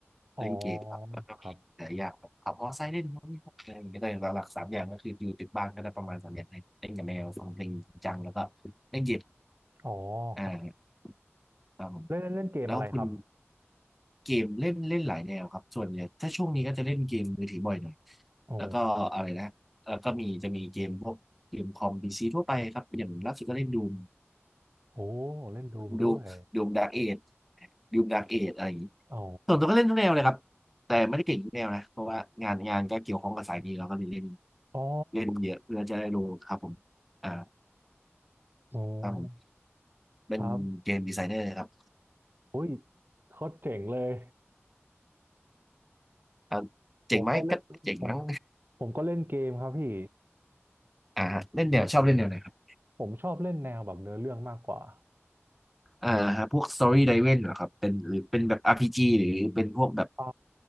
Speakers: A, on the right; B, in the centre.
A: อ๋อ
B: เล่นเกมครับแล้วก็มีหลายอย่างแบบขับมอเตอร์ไซค์เล่นนู่นนี่นั่นอะไรอย่างเงี้ยแต่หลักๆสามอย่างก็คืออยู่ติดบ้านก็ได้ประมาณสามอย่างเล่นกับแมวฟังเพลงจริงจังแล้วก็เล่นเกม
A: ครับอ๋อ
B: อ่า
A: ครับ
B: ครับผม
A: เล่นเล่นเกมอะไรครับ
B: แล้วคุณเกมเล่นเล่นหลายแนวครับส่วนเนี่ยถ้าช่วงนี้ก็จะเล่นเกมมือถือบ่อยหน่อย
A: โอ้
B: แล้วก็อะไรนะ แล้วก็มีจะมีเกมพวกเกมคอมพีซีทั่วไปครับอย่างล่าสุดก็เล่นดูม
A: โอ้เล่นดูมด้วย
B: ดูมดูมดาร์กเอจดูมดาร์กเอจอะไรอย่างนี้
A: ครับอ๋อ
B: ส่วนตัวก็เล่นทุกแนวเลยครับแต่ไม่ได้เก่งทุกแนวนะเพราะว่างานงานก็เกี่ยวข้องกับสายนี้เราก็เลยเล่น
A: อ๋อ
B: เล่นเยอะเพื่อจะได้รู้ครับผมอ่า
A: อ๋อ
B: ครับผมเป็นเกมดีไซเนอร์ครับ
A: ครับอุ้ยโคตรเจ๋งเลย
B: อ่าเจ๋งไหมก็เจ๋งมั้ง
A: ผมก็เล่นผมผมก็เล่นเกมครับพี่
B: อ่าฮะเล่นแนวชอบเล่นแนวไหนครับ
A: ผมชอบเล่นแนวแบบเนื้อเรื่องมากกว่า
B: อ่าฮะพวก Story Driven เหรอครับเป็นหรือเป็นแบบ RPG หรือเป็นพวกแบบ
A: อ่า